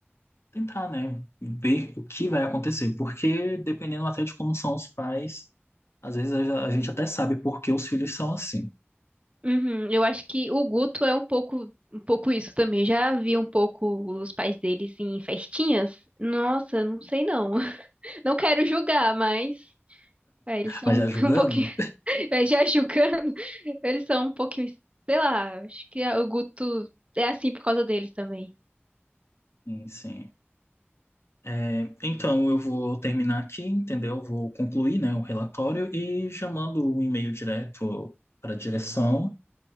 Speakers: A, on the left; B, on the right.
A: tentar, né, ver o que vai acontecer, porque dependendo até de como são os pais, às vezes a a gente até sabe por que os filhos são assim.
B: Uhum, eu acho que o Guto é um pouco, um pouco isso também. Já vi um pouco os pais deles em festinhas. Nossa, não sei não. <laughs> Não quero julgar, mas é, eles são
A: Mas já
B: <laughs>
A: julgando?
B: um pouquinho, é, já julgando, <laughs> eles são um pouquinho, sei lá, acho que a- o Guto é assim por causa deles também.
A: Sim, sim. É, então eu vou terminar aqui, entendeu? Vou concluir, né, o relatório e já mando o e-mail direto para a direção.